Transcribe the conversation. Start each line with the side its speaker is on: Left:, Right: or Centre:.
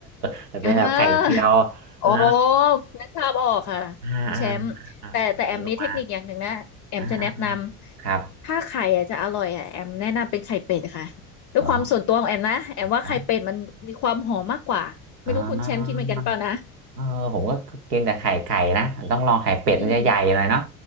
Right: <laughs> แต่เป็นแบบไข่เจียว
Left: อ่า โอ้
Right: อ่า
Left: นึกภาพออกค่ะคุณแชมป์แต่แต่แอมมีเทคนิคอย่างหนึ่งนะแอมจะแนะน
Right: อ่าอ่าอ่ามีลงมาอ่าอ่าอ่า
Left: ำถ้าไข่อะจะอร่อยอะแอมแนะนำเป็นไข่เป็ดค่ะด้วยความส่วนตัวของแอมนะแอมว่าไข่เป็ดมันมีความหอมมากกว่าไม่รู้คุณแชมป์คิดเหมือนกันเปล่านะ
Right: ครับอ๋ออ๋ออ๋อเออผมก็กินแต่ไข่ไก่นะต้องลองไข่เป็ดมันจะใหญ่หน่อยเนาะ
Left: อืม